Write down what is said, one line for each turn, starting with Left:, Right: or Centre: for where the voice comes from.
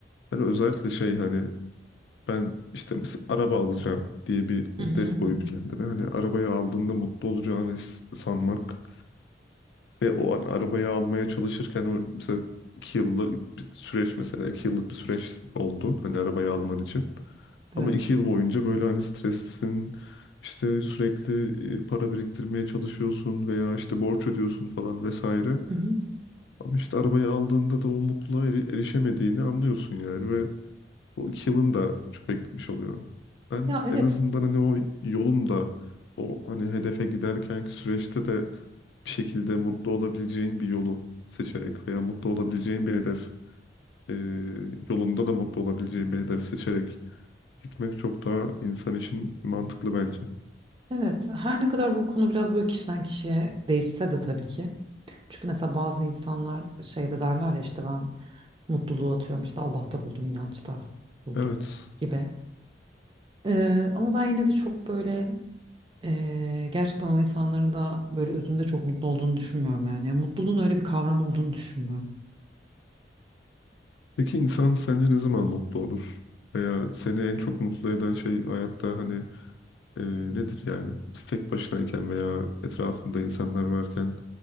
Left: Hani özellikle şey hani ben işte mesela araba alacağım diye bir hedef
Right: Hı hı hı.
Left: koyup
Right: hı.
Left: kendine hani arabayı aldığında mutlu olacağını his- sanmak Ve o an arabayı almaya çalışırken o mesela iki yıllık bir süreç mesela iki yıllık bir süreç oldu hani arabayı alman için. Ama
Right: Evet.
Left: iki yıl boyunca böyle hani streslisin işte sürekli e, para biriktirmeye çalışıyorsun veya işte borç ödüyorsun falan vesaire.
Right: Hı hı.
Left: Ama işte arabayı aldığında da o mutluluğa eri- erişemediğini anlıyorsun yani ve o iki yılın da çöpe gitmiş oluyor. Ben
Right: Ya evet
Left: en azından hani o yolun da o hani hedefe giderkenki süreçte de bir şekilde mutlu olabileceğin bir yolu seçerek veya mutlu olabileceğin bir hedef e, yolunda da mutlu olabileceğin bir hedef seçerek gitmek çok daha insan için mantıklı bence.
Right: Evet, her ne kadar bu konu biraz böyle kişiden kişiye değişse de tabii ki. Çünkü mesela bazı insanlar şey de derler ya işte ben mutluluğu atıyorum işte Allah'ta buldum, inançta buldum
Left: Evet.
Right: gibi. Ee, ama ben yine de çok böyle ee, gerçekten o insanların da böyle özünde çok mutlu olduğunu düşünmüyorum yani. Yani mutluluğun öyle bir kavram olduğunu düşünmüyorum.
Left: Peki insan sence ne zaman mutlu olur? Veya seni en çok mutlu eden şey hayatta hani Ee, nedir yani? Biz tek başınayken veya etrafında insanlar varken